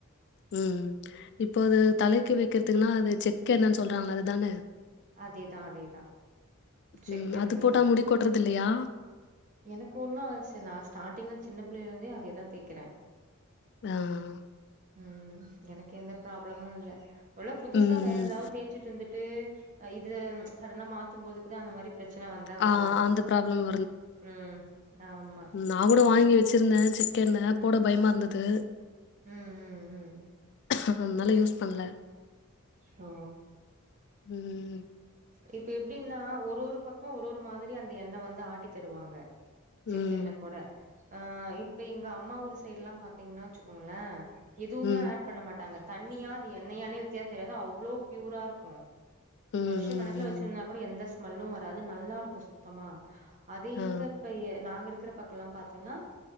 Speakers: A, on the left; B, on the right.
A: ம் இப்போ அது தலைக்கு வைக்கிறதுக்குன்னா அது செக்கெண்ணெனு சொல்றாங்கல அதுதானே
B: அதேதா அதேதா செக்கெண்ணெயேதா
A: ம் அது போட்டா முடி கொட்றது இல்லயா
B: எனக்கு ஒண்ணாகாது சிஸ்டர் நா ஸ்டார்டிங்ல சின்ன பிள்ளைலேந்தே அதேதா தேக்கிறே
A: அஹ்
B: ம் எனக்கு எந்த ப்ராப்ளமு இல்ல ஒருவேல புதுசா
A: ம்,
B: வேற
A: ம்.
B: எதாது தே ச்சிட்டு இருந்துட்டு இது சடனா மாத் த்துபோதுக்குதா அந்த மாரி பிரச்சன வந்தா வரலா
A: ஆ அந்த ப்ராப்ளம்
B: ம் ஆமா
A: நா கூட வாங்கி வச்சிருந்தே செக்கெண்ணெ
B: ம்
A: போட பயமாருந்தது
B: ம் ம் ம் ம்
A: அதனால யூஸ் பண்ல
B: ஓ
A: ம்
B: இப்ப எப்டின்னா ஒரு ஒரு பக்கோ ஒரு ஒரு மாதிரி அந்த எண்ணெ வந்து ஆட்டி தருவாங்க
A: ம்,
B: செக்கெண்ணெ கூட ஆ இப்ப எங்க அம்மா ஊர் சைடுல்லா பாத்தீங்கன்னா வச்சுக்கோங்ளே எதுவுமே
A: ம்,
B: ஆட் பண்ண மாட்டாங்க தண்ணியா அது எண்ணெயானே வித்தியாசோ தெரியாது அவ்ளோ பியூரா இருக்கு
A: ம்,
B: வருஷ
A: ம்,
B: கணக்குல
A: ம்.
B: வச்சிருந்தா கூட எந்த ஸ்மெல்லு வராது நல்லா இருக்கு சுத்தமா அதே
A: ஆ.
B: இங்கப் பெரிய நாங்க இருக் இருக்குற பக்கோல்லா பாத்தோம்னா